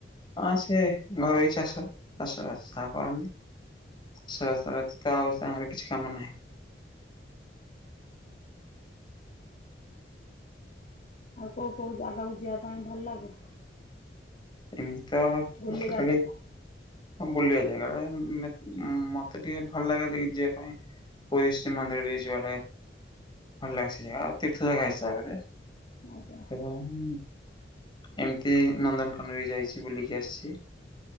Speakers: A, on the left; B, on the left.
A: ହଁ ସେ ଘରୋଇ ଚାଷ ଚାଷବାସ ଯାହା କରନ୍ତି ସାରେ ଆଉ ସାଙ୍ଗରେ କିଛି କାମ ନାହିଁ।
B: ଆଉ କୋଉ କୋଉ ଜାଗାକୁ ଯିବା ପାଇଁ ଭଲ ଲାଗେ
A: ଏମିତି ତ
B: ବୁଲିବା
A: ଦେଖିଥିଲି
B: ଜାଗା
A: ବୁଲିବା ଜାଗା ମତେ ଟିକେ ଭଲ ଲାଗେ ଯିବା ପାଇଁ ପୁରୀ ଶ୍ରୀ ମନ୍ଦିରରେ ଯିବା ପାଇଁ ଭଲ ଲାଗେ ସେ ଜାଗା ତୀର୍ଥ ଜାଗା ହିସାବରେ
B: ଆଜ୍ଞା
A: ଏବଂ ଏମିତି ନନ୍ଦନକାନ ବି ଯାଇଛି ବୁଲିକି ଆସିଛି।